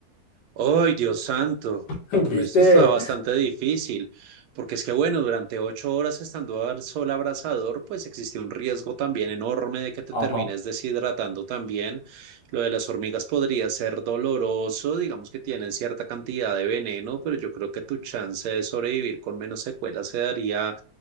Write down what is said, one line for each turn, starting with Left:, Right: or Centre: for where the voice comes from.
Right: ¡Ay, Dios santo!
Left: <laughs> ¿Viste?
Right: Esto está bastante difícil, porque es que, bueno, durante ocho horas estando al sol abrasador, pues existe un riesgo también enorme de que te
Left: Ajá.
Right: termines deshidratando también. Lo de las hormigas podría ser doloroso, digamos que tienen cierta cantidad de veneno, pero yo creo que tu chance de sobrevivir con menos secuelas se daría